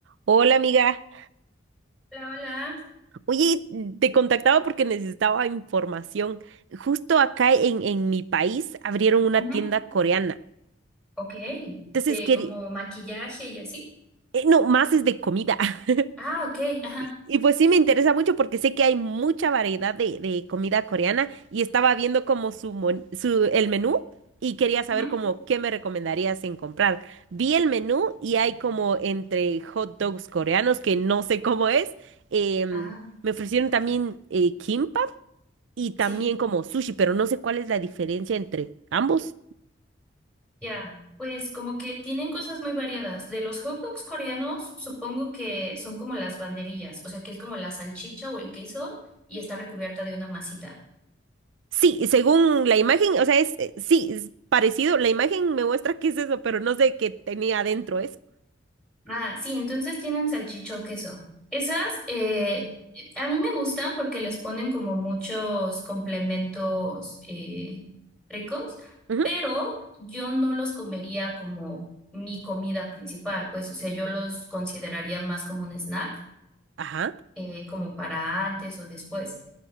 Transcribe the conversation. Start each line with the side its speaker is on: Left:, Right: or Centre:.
Right: Hola amiga,
Centre: Hola, hola.
Right: oye, te contactaba porque necesitaba información. Justo acá en, en mi país abrieron una
Centre: Ujú,
Right: tienda coreana.
Centre: Ok.
Right: Entonces,
Centre: De
Right: quería,
Centre: como maquillaje y así.
Right: no, más es de comida. <laughs>
Centre: Ah, ok. Ajá.
Right: Y, y pues sí me interesa mucho porque sé que hay mucha variedad de, de comida coreana y estaba viendo como su, mon- su el menú y quería saber
Centre: ujú.
Right: como qué me recomendarías en comprar. Vi el menú y hay como entre hot dogs coreanos que no sé cómo es. em,
Centre: Ah,
Right: me ofrecieron también eh, kimbap y también
Centre: sí.
Right: como sushi, pero no sé cuál es la diferencia entre ambos.
Centre: Ya. Pues como que tienen cosas muy variadas. De los hot dogs coreanos, supongo que son como las banderillas, o sea, que es como la salchicha o el queso y está recubierta de una masita.
Right: Sí, según la imagen, o sea, es, eh, sí, es parecido. La imagen me muestra qué es eso, pero no sé qué tenía adentro eso.
Centre: Ah, sí, entonces tienen salchicha o queso. Esas eh, a mí me gustan porque les ponen como muchos complementos eh, ricos,
Right: Ujú,
Centre: pero yo no los comería como mi comida principal, pues, o sea, yo los consideraría más como un snack,
Right: Ajá.
Centre: eh, como para antes o después.